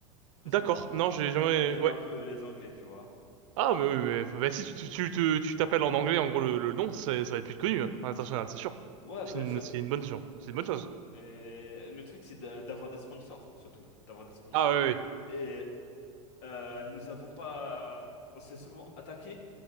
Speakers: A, on the left; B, on the right.
A: Parce
B: D'accord.
A: qu'on
B: Non, j'ai jamais.
A: on aime
B: Ouais.
A: un peu les Anglais, tu vois.
B: Ah, mais, oui, mais, mais- bah, si tu tu tu tu- tu t'appelles en anglais, en gros, le, le nom, c'est- ça va être plus connu hein, à l'international, c'est sûr.
A: Ouais,
B: C'est
A: bien
B: une,
A: sûr.
B: c'est une bonne chose. C'est une bonne chose.
A: Et le truc, c'est d'a- d'avoir des sponsors, surtout. D'avoir des sponsors.
B: Ah oui, oui.
A: Et euh, nous avons pas. On s'est souvent attaqué